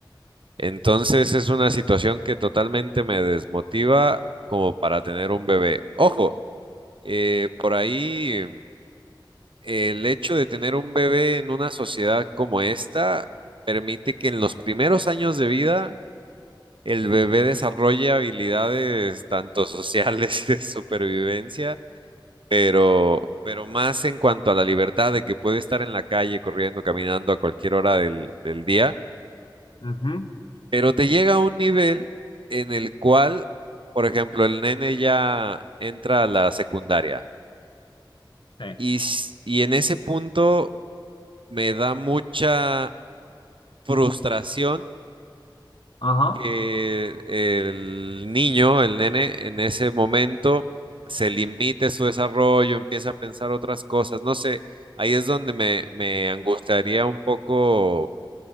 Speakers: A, on the right; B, on the left.
A: Entonces es una situación que totalmente me desmotiva como para tener un bebé. Ojo, eh, por ahí eh, el hecho de tener un bebé en una sociedad como esta permite que en los primeros años de vida el bebé desarrolle habilidades tanto sociales <laughs> y de supervivencia, pero, pero más en cuanto a la libertad de que puede estar en la calle corriendo, caminando a cualquier hora del del día
B: Ujú.
A: Pero te llega a un nivel en el cual, por ejemplo, el nene ya entra a la secundaria
B: Sí.
A: y, s- y en ese punto me da mucha frustración
B: Ajá.
A: que el niño, el nene, en ese momento se limite su desarrollo, empieza a pensar otras cosas. No sé, ahí es donde me, me angustiaría un poco